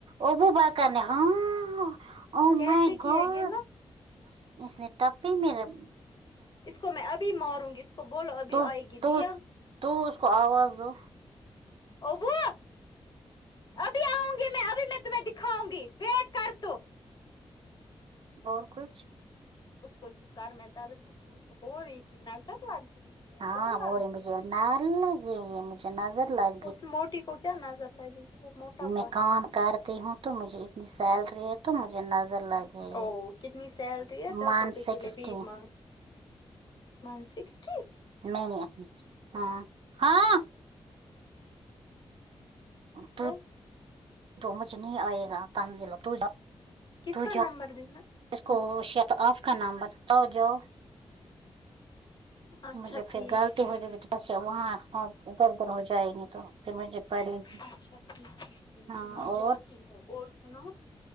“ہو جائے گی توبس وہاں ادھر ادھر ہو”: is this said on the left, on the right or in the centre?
Right